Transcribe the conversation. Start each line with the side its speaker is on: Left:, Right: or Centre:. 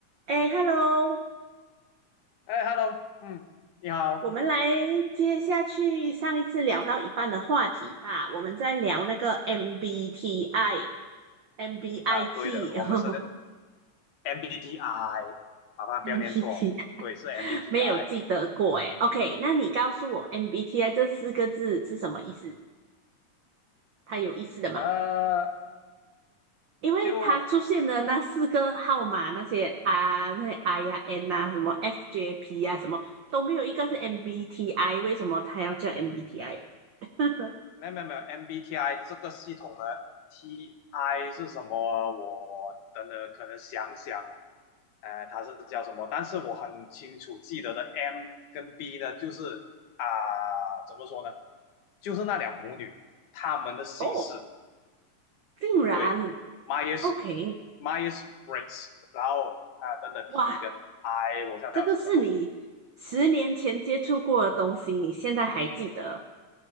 Right: 哎，Hello，
Left: 哎，Hello，嗯，你好，
Right: 我们来接下去上一次聊到一半的话题吧。我们在聊那个 MBTI、MBIT
Left: 啊，对的，我们是的
Right: 呵呵、
Left: MBTI，麻烦不要念错，
Right: <laughs> MBT，
Left: 对，是 MBTI，
Right: 没有记得过哎。OK，那你告诉我 MBTI 这四个字是什么意思？它有意思的吗？
Left: 呃，
Right: 因为它出现的那四个号码，
Left: 就
Right: 那些 R、那些 I 呀、N 啊、什么 FJP 呀、啊、什么都没有一个是 MBTI，为什么它要叫 MBTI？<laughs>
Left: 没有没有没有 MBTI 这个系统的 TI 是什么？我等等可能想想，呃，它是叫什么？但是我很清楚记得的 M 跟 B 呢，就是啊、怎么说呢？就是那两母女她们的姓氏。
Right: 哦竟然
Left: 对，Myers
Right: ，OK，
Left: Myers Briggs，然后啊等等
Right: 哇，
Left: T 跟 I，我想想是什么？
Right: 这个是你十年前接触过的东西，你现在还记得，